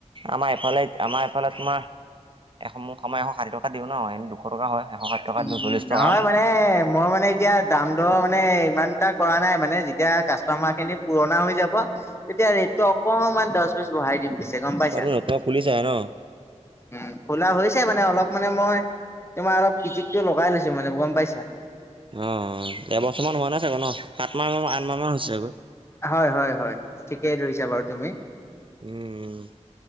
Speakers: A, on the right; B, on the left.
A: আমাৰ এইফালে, আমাৰ এফালে তোমাৰ এশ মোক, মই এশ ষাঠি টকা দিওঁ ন' এনে দুশ টকা হয়, এশ ষাঠি টকা,
B: উম
A: চল্লি
B: নহয়
A: টকা
B: মানে মই মানে এতিয়া দাম দৰ মানে, ইমান এটা নাই মানে, যেতিয়া কা তামাৰ খিনি পুৰণা হৈ যাব তেতিয়া ৰেটটো অকমান দহ, বিছ বঢ়াই দিম পিছে গম পাইছা।
A: তুমি <unintelligible> ন'।
B: উম, খোলা হৈছে মানে অলপ মানে মই, তোমাৰ অলপ কিটিকটো লগাই লৈছো মানে, গম পাইছা।
A: অ', অ', এবছৰমান হোৱা নাই চাগৈ ন', সাত মাহ, আঠ মাহ মান হৈছে চাগৈ।
B: হয়, হয়, হয়, ঠিকেই ধৰিছা বাৰু তুমি।
A: উম।